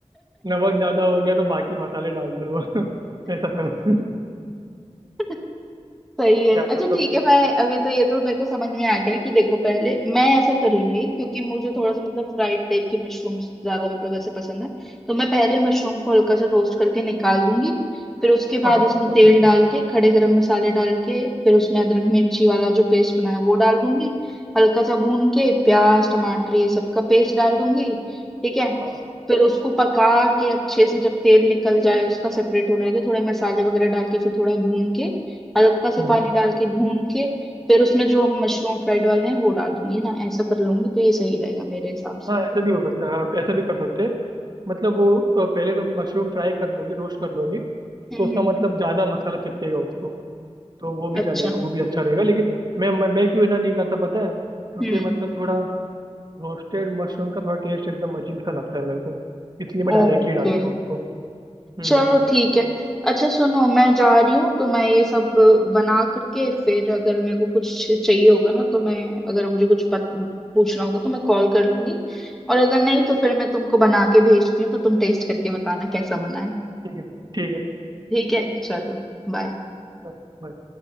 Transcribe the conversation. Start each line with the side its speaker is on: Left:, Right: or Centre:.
Right: नमक ज़्यादा हो गया तो बाकी मसाले डाल दो <laughs> ऐसा समझ
Centre: <laughs> सही है
Right: या
Centre: अच्छा
Right: फिर मतलब
Centre: ठीक है मैं अभी तो ये तो मेरे को समझ में आ गया कि देखो पहले मैं ऐसा कर लूंगी क्योंकि मुझे थोड़ा सा मतलब फ्राइड टाइप की मशरूम ज्यादा मतलब ऐसे पसंद है तो मैं पहले मशरूम को हल्का सा रोस्ट करके निकाल दूंगी फिर उसके
Right: हाँ
Centre: बाद
Right: हाँ वो
Centre: इसमें
Right: भी कर
Centre: तेल
Right: सकते
Centre: डाल
Right: हैं
Centre: के खड़े गरम मसाले डाल के फिर उसमें अदरक मिर्ची वाला जो पेस्ट बनाया वो डाल दूंगी हल्का सा भून के प्याज टमाटर ये सबका पेस्ट डाल दूंगी ठीक है
Right: हाँ
Centre: फिर उसको पका के अच्छे से जब तेल निकल जाए उसका सेपरेट होने लगे थोड़े मसाले वगैरह डाल के फिर थोड़ा भून के हल्का सा
Right: हम्म,
Centre: पानी
Right: हम्म।
Centre: डाल के भून के फिर उसमें जो मशरूम फ्राइड वाले हैं वो डाल दूंगी ना ऐसा कर लूंगी तो ये सही रहेगा मेरे हिसाब
Right: हाँ
Centre: से
Right: ऐसा भी हो सकता है हाँ ऐसा भी कर सकते हैं मतलब वो अ, पहले तुम मशरूम फ्राई कर लोगी रोस्ट कर लोगी
Centre: हम्म
Right: तो उसका
Centre: हम्म,
Right: मतलब ज़्यादा मसाला चिपकेगा उसको तो वो भी
Centre: अच्छा
Right: चलेगा वो भी अच्छा रहेगा लेकिन मैं मैं, मैं क्यों ना नहीं करता पता है क्योंकि
Centre: हम्म
Right: मतलब थोड़ा रोस्टेड मशरूम का थोड़ा टेस्ट एकदम अजीब सा लगता है मेरे को इसलिए मैं डायरेक्टली
Centre: ओके
Right: डालता हूँ उसको हम्म
Centre: चलो ठीक है अच्छा सुनो मैं जा रही हूँ तो मैं ये सब बना करके फिर अगर मेरे को कुछ चाहिए होगा ना तो मैं अगर मुझे कुछ पत, पूछना होगा तो मैं कॉल कर लूंगी और अगर नहीं तो फिर मैं तुमको बना के भेजती हूँ तो तुम टेस्ट करके
Right: ठीक
Centre: बताना
Right: है
Centre: कैसा बना है
Right: ठीक है ठीक है
Centre: ठीक है चलो बाय
Right: चलो, bye.